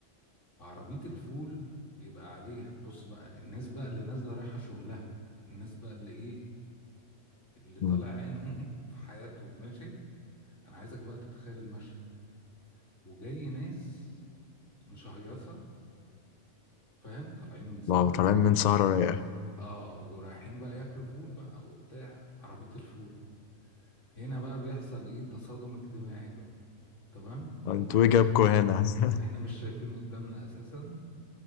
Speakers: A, on the left; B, on the left.
A: فعربية الفول بيبقى عليها بص بقى الناس بقى اللي نازلة رايحة شغلها الناس بقى اللي ايه اللي طالع
B: م،
A: عينهم <laughs> في حياته ماشي انا عايزك بقى تتخيل المشهد وجاي ناس مشهيصه فاهم طالعين من سهره
B: واو طالعين من سهرة رايقة
A: اه ورايحين بقى ياكلوا فول بقى وبتاع عربيه الفول هنا بقى بيحصل ايه تصادم اجتماعي بقى تمام
B: انتوا
A: طبعا احنا
B: ايه جابكوا
A: مش شايف...
B: هنا <laughs>
A: احنا مش شايفين قدامنا اساسا